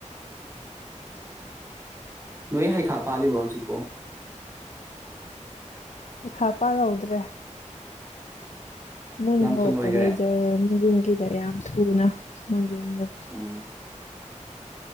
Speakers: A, on the right (about 20°); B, on the left (about 65°).
A: ꯅꯣꯏ ꯍꯩꯈꯥ ꯄꯥꯜꯂꯤꯕ꯭ꯔꯣ ꯍꯧꯖꯤꯛꯄꯣ
B: ꯍꯩꯈꯥ ꯄꯥꯜ ꯍꯧꯗ꯭ꯔꯦ ꯃꯨꯟ
A: ꯌꯥꯝ
B: ꯍꯧꯔꯛꯄꯗꯒꯤ
A: ꯊꯨ ꯂꯣꯏꯈꯔꯦ
B: ꯖꯔ ꯒꯤꯗ ꯌꯥꯝ ꯊꯨꯅ ꯃꯨꯖꯟꯒꯔꯦ
A: ꯎꯝ